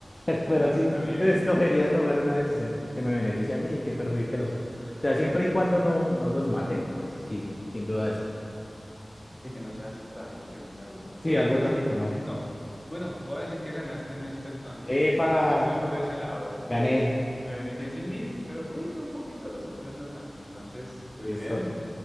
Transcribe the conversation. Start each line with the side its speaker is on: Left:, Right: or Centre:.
Left: <laughs> Pero
Centre: ah, está
Left: sí,
Centre: bien.
Left: escogería tomar una decisión que me beneficie a mí y que perjudique a los otros. O sea, siempre y cuando no, no los mate, pues sí, sí, sin duda esa.
Centre: Y que no sea así trágico, que no sea duro.
Left: Sí,
Centre: Bueno,
Left: algo
Centre: pues
Left: trágico,
Centre: sí,
Left: no.
Centre: listo. Bueno, voy a decir que ganaste en esta entonces.
Left: ¡Epa!
Centre: Eh, yo también me voy por ese lado,
Left: Gané.
Centre: que me beneficie a mí y perjudique un poquito a los otros, no tanto. Entonces, pues
Left: Listo.
Centre: bien.